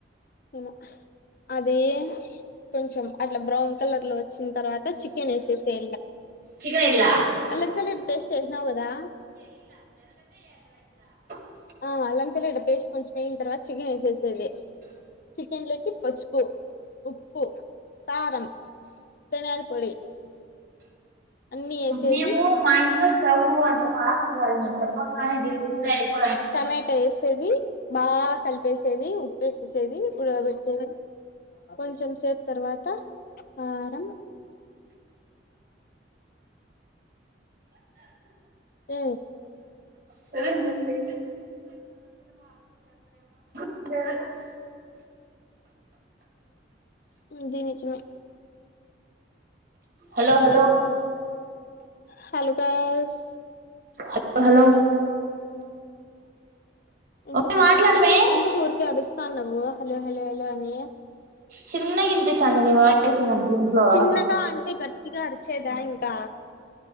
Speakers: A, on the left (about 50°); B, on the right (about 50°).
A: ఏమో అది కొంచెం అట్లా బ్రౌన్ కలర్ లో వచ్చిన తర్వాత చికెన్ వేసేసి
B: చికెన్ ఇల్లా
A: అల్లం తెల్లగడ్డ పేస్ట్ ఏసినావు కదా
B: ఆ
A: ఆ అలంతెల్లగడ్డ పేస్ట్ కొంచెం వేగిన తర్వాత చిగెన్ వేసేసేది చికెన్లోకి పసుపు ఉప్పు కారం ధన్యాల పొడి అన్ని వేసేది
B: మేము మా ఇంట్లో స్టవ్ అంత ఫాస్ట్ కాదు నువ్వు చెప్పంగానే గిర గిర అయిపో
A: టమాటా వేసేది బాగా కలిపేసేది ఉప్పేసేసేది ఉడకబెట్టే కొంచెం సేపు తర్వాత కారం అ
B: సరే నమస్తే <unintelligible>
A: దించిన
B: హలో హలో
A: హాలుకాస్
B: హలో హలో
A: ఎందుకు
B: ఓకే మాట్లాడమే
A: ఎందుకు ఊరికే అరుస్తాన్నవు హలో హలో హలో అని
B: చిన్నగా వినిపిస్తుంది నీ వాయిస్ నాకు దీంట్లో
A: చిన్నగా అంటే గట్టిగా అరిచేదా ఇంకా